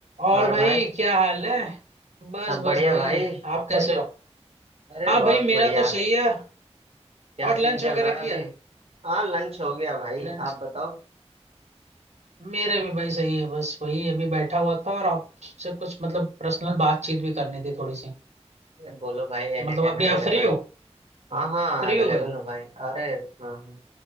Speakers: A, on the right; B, on the right.
A: और
B: और
A: भाई
B: भाई
A: क्या हाल है बस
B: सब
A: बस
B: बढ़िया
A: भाई
B: भाई
A: आप कैसे हो
B: अरे
A: हाँ
B: बहुत
A: भाई मेरा
B: बढ़िया
A: तो सही है
B: क्या
A: और
B: सीन
A: लंच
B: चल
A: वगैरह
B: रहा है
A: किया
B: अभी हाँ लंच हो गया भाई
A: लंच
B: आप बताओ
A: मेरा भी भाई सही है बस वही अभी बैठा हुआ था और आपसे कुछ मतलब पर्सनल बातचीत भी करनी थी थोड़ी सी
B: अरे बोलो भाई एनी
A: तो मतलब
B: टाइम
A: अभी
B: अवेलेबल
A: आप फ्री हो
B: हाँ हाँ
A: फ्री
B: अवेलेबल
A: हो भाई
B: हूँ भाई अरे हाँ हाँ